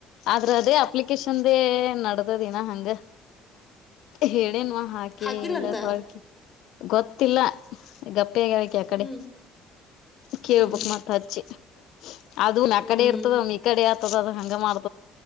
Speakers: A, on the left; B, on the left.
A: ಆದ್ರ ಅದೇ ಅಪ್ಲಿಕೇಶನ್ದೆ ನಡ್ದದಿನ ಹಂಗ ಹೇಳ, ಅೇನು ಹಾಕಿ
B: ಹಾಕಿಲ್ಲಂತ
A: ಎಲ್ಲ ತೊಳ್ಕಿ, ಗೊತ್ತಿಲ್ಲ ಈಗಪ್ಪ?. ಪ್ಪೇಗಕ್ಕೆ ಅಕಡೆ.
B: ಹ್ಮ್
A: ಕೇಳ
B: ಹ್ಮ್
A: ಬುಕ್ ಮಾತಾ ಹಿ, <unintelligible> ಅದೂನ್ ಆ
B: ಹ್ಮ್
A: ಕಡೆ ಇರ್ತದವ ಈ ಕಡೆ, ಹಂಗ ಮಾಡ್